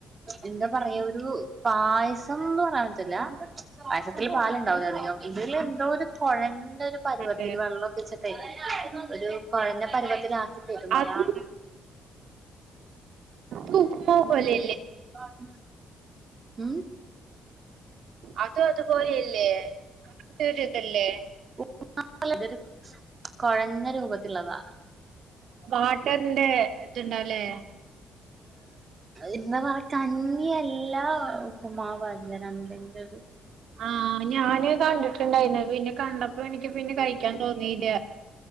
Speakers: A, on the right; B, on the right.
A: എന്താ പറയാ ഒരു പായസംന്ന്പ കാണത്തില്ല. പായസത്തില് പാലുണ്ടാവില്ലേ അധികം. ഇതിലെന്തോ ഒരു കൊഴണ്ട് പരുവത്തില്
B: അത്
A: വെള്ളൊക്കെ ഒഴിച്ചിട്ടേ <unintelligible> കൊഴഞ്ഞ പരുവത്തിലാ <unintelligible>
B: അത്
A: അതാണ്
B: ഞങ്ങക്ക് ഉപ്പുമാവ് പോലെ
A: <unintelligible> മ്മ്
B: അത് അത് പോലെയല്ലേ? തരുതല്ലേ
A: <unintelligible> തൊരു കൊഴഞ്ഞ രൂപത്ത്ള്ളതാ
B: വാട്ടർന്റെ ത്ണ്ടാവൂല്ലേ
A: ഇന്ന് വ കഞ്ഞിയല്ല ഉപ്പുമാവ് ആയിരുന്നു രണ്ടിനും. <unintelligible>
B: ആ ഞാന് കണ്ടിട്ടുണ്ടായിരുന്നു പിന്നെ കണ്ടപ്പോ എനിക്ക് പിന്നെ കഴിക്കാൻ തോന്നീല.